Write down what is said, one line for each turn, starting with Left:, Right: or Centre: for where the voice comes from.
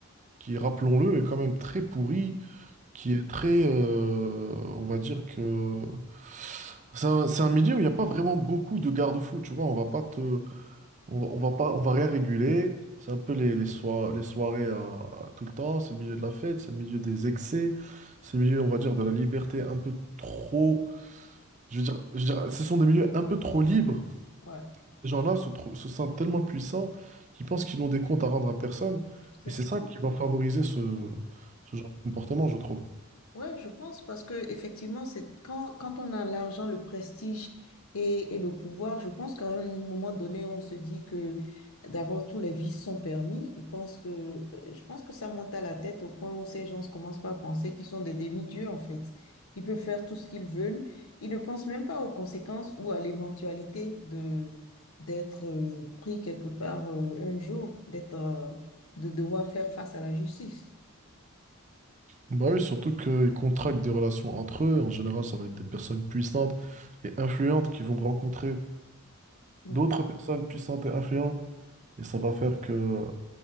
Right: qui, rappelons-le, est quand même très pourri qui est très, euh, on va dire que c'est un, c'est un milieu où il n'y a pas vraiment beaucoup de garde-fous, tu vois, on va pas te, on va, on va pas, on va rien réguler, c'est un peu les, les, soir- les soirées à, à tout le temps, c'est le milieu de la fête, c'est le milieu des excès, c'est le milieu, on va dire, de la liberté un peu trop, je veux dire, je veux dire, ce sont des milieux un peu trop libres,
Left: Ouais,
Right: ces gens-là se, trou- se sentent tellement puissants qu'ils pensent qu'ils n'ont des comptes à rendre à personne,
Left: c'est
Right: et c'est
Left: ça.
Right: ça qui va favoriser ce, ce genre de comportement, je trouve.
Left: Ouais, je pense parce que effectivement, c'est quand, quand on a l'argent, le prestige et, et le pouvoir, je pense qu'à un moment donné, on se dit que d'abord tous les vices sont permis. Ils pensent que, euh, je pense que ça monte à la tête au point où ces gens commencent pas à penser qu'ils sont des demi-dieux en fait. Ils peuvent faire tout ce qu'ils veulent. Ils ne pensent même pas aux conséquences ou à l'éventualité de d'être euh, pris quelque part euh, un jour, d'être euh, de devoir faire face à la justice.
Right: Bah oui, surtout qu'ils contractent des relations entre eux. En général, ça va être des personnes puissantes et influentes qui vont rencontrer
Left: Ouais.
Right: d'autres personnes puissantes et influentes. Et ça va faire que... euh,